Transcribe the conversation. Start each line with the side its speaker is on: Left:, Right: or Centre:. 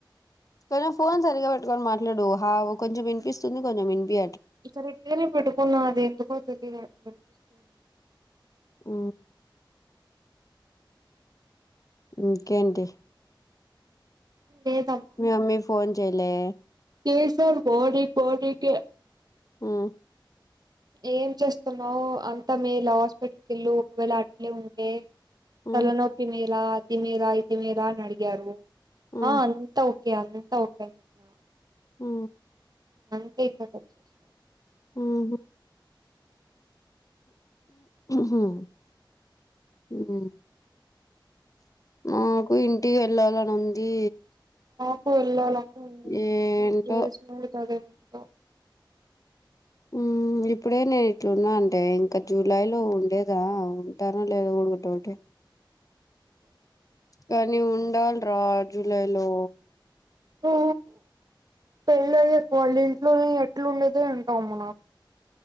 Left: కొంచెం ఫోన్ సరిగ్గా పెట్టుకొని మాట్లాడు హ కొంచెం వినిపిస్తుంది కొంచెం వినిపి
Right: ఇసరి ఇట్లనే పెట్టుకున్నా అది ఎందుకో తెలియదు అట్ వినిపిస్తుంది
Left: అ ఇంకేంటి
Right: లేదమ్మా
Left: మీ మమ్మీ ఫోన్ చేయలే
Right: చేసానుకో నిక్ పోనికే
Left: హ్మ్
Right: ఏం చేస్తున్నావు్ అంతా మీ హాస్పిటల్కి వెళ్ళు ఒకవేళ అట్లే ఉంటే
Left: హ్మ్
Right: తలనొప్పి మీేర అతిమీర ఇతిమీర అని అడిగారు
Left: హ్మ్
Right: ఆ అంతా ఓకే అంతా ఓకే అని చెప్పిన
Left: మ్
Right: అంతే ఇక్కడ వచ్చేసిన
Left: మ్ హు మ్ నాకు ఇంటికి వెళ్ళాలనింది
Right: నాకు వెళ్లాలని ఉంది
Left: ఏంటో
Right: ఇంకేస్ <unintelligible>
Left: మ్ ఇప్పుడే నేను ఇట్లున్నా అంటే ఇంకా జూలై లో ఉండే ా ఉంటనో లేదో కుడా డౌటే కానీ ఉండాల్ ట్రాజులైలో
Right: ఓ పెళ్ళయ్యాక వాళ్ళ ఇంట్లోనే ఎట్లుండేదో ఏంటో అమ్మ నాక్